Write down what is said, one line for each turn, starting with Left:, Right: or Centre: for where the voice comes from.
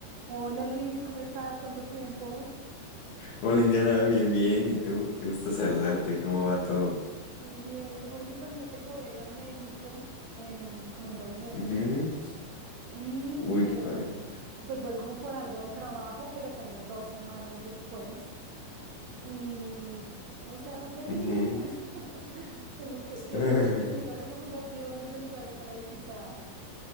Right: Hola Luis, ¿cómo estás? ¿Cuánto tiempo?
Left: Hola Indiana, bien, bien. ¿Y tú? Qué gusto saludarte. ¿Cómo va todo?
Right: Muy bien. Oye, imagínate que voy a ir a México en como en dos meses
Left: Ujú.
Right: y
Left: Uy,
Right: eh,
Left: qué padre.
Right: pues voy como por algo del trabajo, pero tengo dos semanas después y no sé a dónde
Left: Ujú.
Right: ir. <laughs> Tengo que, quiero,
Left: <laughs>
Right: necesito recomendaciones de lugares para visitar.